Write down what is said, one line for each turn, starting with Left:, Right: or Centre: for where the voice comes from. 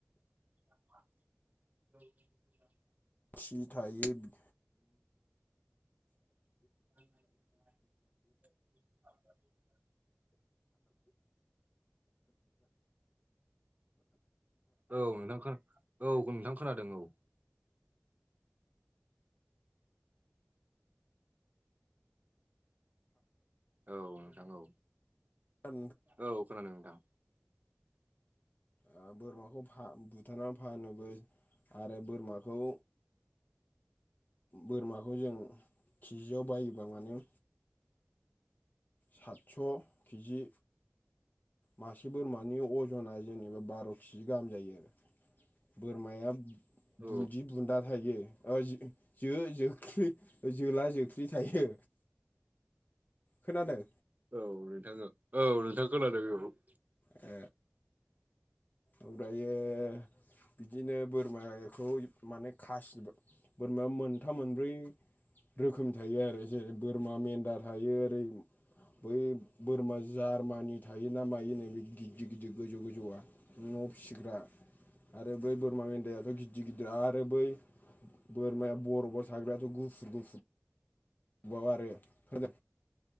Right: <unintelligible>
Left: थिथायो बि
Right: <inaudible> औ नोंथां खो औ नोंथां खोनादों औ। औ नोंथां औ
Left: ओ
Right: औ खोनादों नोंथां
Left: ओ बोरमाखौ फा बुथारनानै फानोबो आरो बोरमाखौ बोरमाखौ जों किजियाव बायोबा माने सातस' किजि मासे बोरमानि अजना जेनेबा बार' किजि गाहाम जायो आरो। बोरमाया बुन्दि
Right: औ
Left: बुन्दा थायो ओ जि जो जोख्लि जोला जोख्लि थायो। खोनादों
Right: औ नोंथां औ औ नोंथां खोनादों औ
Left: ओ औ दायो बिदिनो बोरमाखौ माने खासिबो बोरमाया मोनथाम मोनब्रै रोखोमनि थायो आरो जेरै बोरमा मेन्दा थायो ओरै बै बोरमा जारमानि थायोना मायोनो बे गिदिर गिदिर गोजौ गोजौआ न'आव फिसिग्रा आरो बै बोरमा मेन्दायाथ' गिदिर गिदिर आरो बै बोरमाया बरफआव थाग्रायाथ' गुफुर गुफुर बाव आरो <unintelligible>